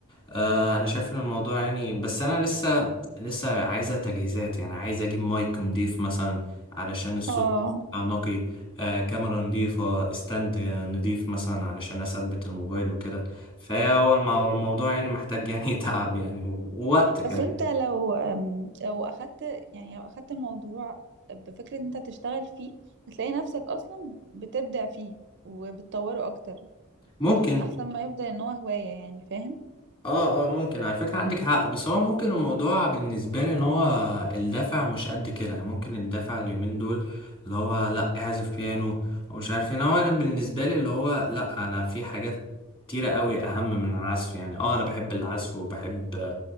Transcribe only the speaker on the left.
آه، انا شايف ان الموضوع يعني بس انا لسه لسه عايزة تجهيزات يعني عايز اجيب مايك نضيف مثلا علشان الصوت
يبقى نقي آه، كاميرا نضيفة استند نضيف مثلا علشان اثبت الموبايل وكده فهو المع- الموضوع يعني محتاج يعني <laughs> تعب يعني و- ووقت كمان
ممكن
اه اه ممكن على فكرة عندك حق بس هو ممكن الموضوع بالنسبة لي ان هو الدفع مش قد كده يعني ممكن الدفع اليومين دول اللي هو لا اعزف بيانو ومش عارف ايه إن هو انا بالنسبة لي اللي هو لا انا في حاجات كتيرة قوي اهم من العزف يعني اه انا بحب العزف وبحب